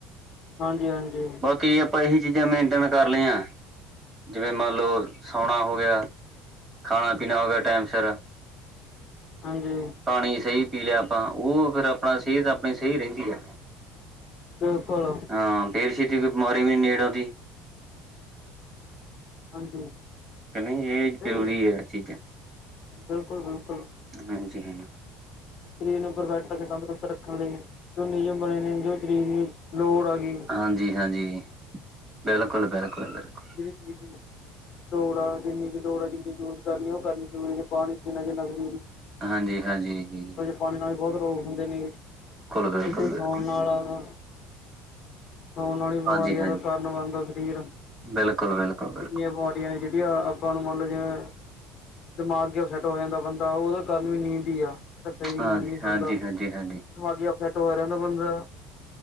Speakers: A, on the left; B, on the right.
A: ਹਾਂਜੀ- ਹਾਂਜੀ।
B: ਬਾਕੀ ਆਪਾਂ ਏਹੀ ਚੀਜਾਂ ਮੇਨਟੇਨ ਕਰ ਲਈਆਂ ਜਿਵੇਂ ਮੰਨ ਲਓ ਸੋਣਾ ਹੋ ਗੇਆ। ਖਾਣਾ- ਪੀਣਾ ਹੋ ਗੇਆ ਟਾਈਮ ਸਿਰ।
A: ਹਾਂਜੀ।
B: ਪਾਣੀ ਸਈ ਪੀ ਲੇਆ ਆਪਾਂ, ਓ ਫਿਰ ਆਪਣਾ ਸੇਹਤ ਆਪਣੀ ਸਈ ਰੈੰਦੀ ਐ।
A: ਬਿਲਕੁਲ
B: ਹਾਂ, ਫੇਰ ਛੇਤੀ ਕੋਈ ਬਿਮਾਰੀ ਵੀ ਨੀ ਨੇੜ ਆਂਦੀ।
A: ਹਾਂਜੀ
B: ਕੀ ਨਹੀਂ, ਏ ਜ਼ਰੂਰੀ
A: ਸਹੀ ਏ।
B: ਐ ਚੀਜਾਂ
A: ਬਿਲਕੁਲ-ਬਿਲਕੁਲ
B: ਹਾਂਜੀ- ਹੈ ਨਾ।
A: ਸਰੀਰ ਨੂੰ ਪਰਫੈਕਟ ਤੇ ਤੰਦਰੁਸਤ ਰੱਖਣ ਲਈ ਜੋ ਨਿਯਮ ਬਣੇ ਨੇ, ਜੋ ਸਰੀਰ ਨੂੰ ਲੋੜ ਹੈਗੀ।
B: ਹਾਂਜੀ -ਹਾਂਜੀ, ਬਿਲਕੁਲ-ਬਿਲਕੁਲ, ਬਿਲਕੁਲ।
A: ਜੀ -ਜੀ। ਲੋੜ ਆ, ਜਿੰਨੀ ਕੁ ਲੋੜ ਐ, ਜਿੰਨੀ ਯੂਜ ਕਰਨੀ ਓ ਕਰਨੀ ਜਰੂਰੀ, ਜੇ ਪਾਣੀ ਪੀਣਾ ਜਿੰਨਾ ਪੀ
B: ਹਾਂਜੀ- ਹਾਂਜੀ, ਜੀ।
A: ਪਾਣੀ ਨਾਲ ਵੀ ਬੌਤ ਰੋਗ ਹੁੰਦੇ ਨੇ,
B: ਬਿਲਕੁਲ
A: ਏਦਾਂ ਈ
B: ਬਿਲਕੁਲ
A: ਸੌਣ ਨਾਲ ਆ ਗਾ। ਸੌਣ ਨਾਲ ਈ ਬੀਮਾਰੀਆਂ
B: ਹਾਂਜੀ ਹਾਂਜੀ
A: ਦਾ ਕਾਰਨ ਬਣਦਾ ਸਰੀਰ,
B: ਬਿਲਕੁਲ ਬਿਲਕੁਲ ਬਿਲਕੁਲ
A: ਕਿੰਨੀਆਂ ਬਿਮਾਰੀਆਂ ਨੇ, ਜੇਹੜੀਆਂ ਆਪਾਂ ਨੂੰ ਮੰਨ ਲਓ ਜਿਵੇਂ ਦਮਾਗੀ ਅਪਸੈੱਟ ਹੋ ਜਾਂਦਾ ਬੰਦਾ, ਓਦਾ ਕਾਰਨ ਵੀ ਨੀਂਦ ਈ ਐ। ਜੇਹੜਾ ਸਹੀ
B: ਹਾਂਜੀ
A: ਨੀਂਦ ਨੀ ਖਾਂਦਾ,
B: ਹਾਂਜੀ ਹਾਂਜੀ ਹਾਂਜੀ
A: ਦਮਾਗੀ ਅਪਸੈੱਟ ਹੋਏਆ ਰੈੰਦਾ ਬੰਦਾ।